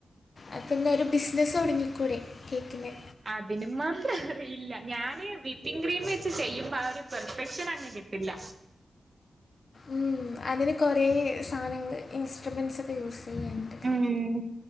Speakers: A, on the left; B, on the right.
A: അപ്പം എന്ന ഒരു ബിസിനസ്സ് തൊടങ്ങിക്കൂടെ കേക്കിൻ്റെ.
B: അതിന് മാത്രലറിയില്ല ഞാന് വിപ്പിം ക്രീമ് ച്ച് ചെയ്യുമ്പാ ഒരു പെർഫെക്ഷന ങ്ങ് കിട്ടില്ല
A: ഉം അതിന് കൊറെേ സാനങ്ങള് ഇൻസ്ട്രുമെന്റ്സക്കെ യൂസിയ്യാണ്ട്
B: ഉം